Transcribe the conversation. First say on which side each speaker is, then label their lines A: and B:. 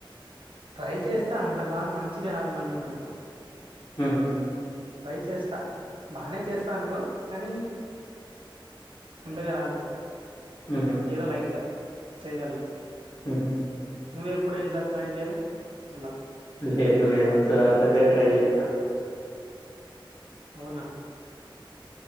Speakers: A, on the right; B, on the left.
A: ట్రై చేస్తే అంత బాగ మంచిగా రాదు మళ్ళీ మనకు
B: ఉహు
A: ట్రై చేస్తా బానే చేస్తా అనుకో కానీ అంతగ రాదు
B: హుహు.
A: ఏదో లైట్ గ చేయగలను
B: ఉహు
A: నువ్వ ఎప్పుడ ఇలా ట్రై జేలే అల్ల
B: లేదు నేనంతా పెద్దగ ట్రై చేయలే
A: అవునా